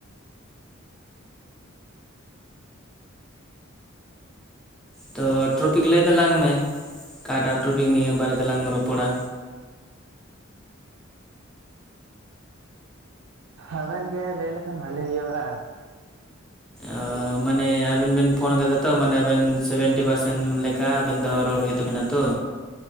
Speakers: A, in the centre; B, on the right.
A: ᱛᱚ ᱴᱨᱚᱯᱤᱠ ᱞᱟᱹᱭ ᱛᱟᱞᱟᱝ ᱢᱮ ᱟᱠᱟᱴᱟᱜ ᱴᱨᱚᱯᱤᱠ ᱱᱤᱭᱮ ᱵᱟᱨᱮ ᱛᱮᱞᱟᱝ ᱨᱚᱯᱚᱲᱟ?
B: ᱟᱵᱮᱱ ᱜᱮ ᱞᱟᱹᱭ ᱞᱮᱠᱷᱟᱱ ᱵᱷᱟᱹᱞᱤ ᱦᱩᱭᱩᱜᱼᱟ᱾
A: ᱚ ᱢᱟᱱᱮ ᱟᱵᱮᱱ ᱵᱮᱱ ᱯᱷᱳᱱ ᱠᱟᱫᱟ ᱛᱚ ᱢᱟᱱᱮ ᱟᱵᱮᱱ ᱥᱮᱵᱷᱮᱱᱴᱤ ᱯᱟᱨᱥᱮᱱ ᱞᱮᱠᱟ ᱟᱵᱮᱱ ᱫᱚ ᱨᱚᱲ ᱦᱩᱭᱩᱜ ᱛᱟᱵᱤᱱᱟ ᱛᱚ